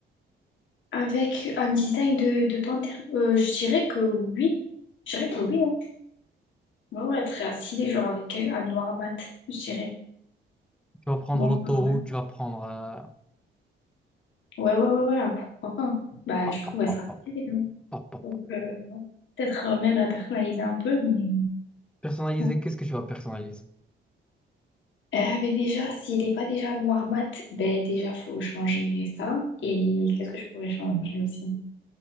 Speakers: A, on the left; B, in the centre.
A: Avec un design de, de panthère. Euh, je dirais que oui. Je dirais que oui. hein. Ouais, ouais, très assis, genre avec euh, un noir mat, je dirais.
B: Tu vas prendre
A: Donc,
B: l'autoroute,
A: euh,
B: tu vas prendre. euh,
A: ouais, ouais, ouais, ouais, ah, pourquoi pas. hein. Bah,
B: pop,
A: je trouve
B: pop,
A: elle
B: pop,
A: sera stylée.
B: pop,
A: hein.
B: pop, pop,
A: Donc,
B: pop.
A: euh, peut-être euh, même la personnaliser un peu, mais
B: Personnaliser,
A: bon.
B: qu'est-ce que tu vas personnaliser?
A: Euh, mais déjà, s'il n'est pas déjà noir mat, ben déjà, faut changer ça. Et qu'est-ce que je pourrais changer aussi?